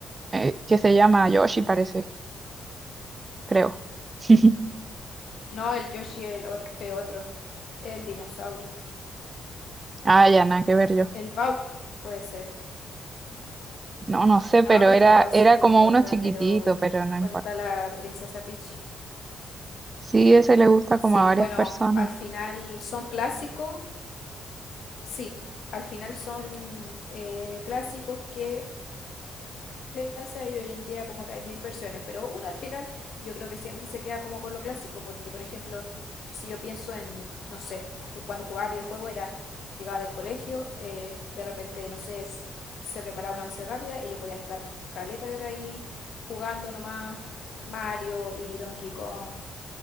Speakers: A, on the right (about 35°); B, on the left (about 65°).
A: eh, que se llama Yoshi, parece, creo. <laughs>
B: No, el Yoshi es el otro, el otro, el dinosaurio.
A: Ah, ya, nada que ver yo.
B: El Bowser puede ser.
A: No, no sé,
B: No,
A: pero
B: pero
A: era,
B: sí,
A: era
B: no
A: como
B: importa,
A: uno chiquitito,
B: pero
A: pero no importa.
B: bueno, está la princesa Peach.
A: Sí, ese le gusta
B: Sí,
A: como a varias
B: bueno,
A: personas.
B: al final son clásicos, sí, al final son eh, clásicos que elegancia y hoy en día como que hay mil versiones, pero uno al final yo creo que siempre se queda como con lo clásico, porque por ejemplo, si yo pienso en, no sé, ju- cuando jugaba videojuego era, llegaba del colegio, eh, de repente, no sé, s- se preparaba una once rápida y yo podía estar caleta de hora ahí jugando nomás Mario y Donkey Kong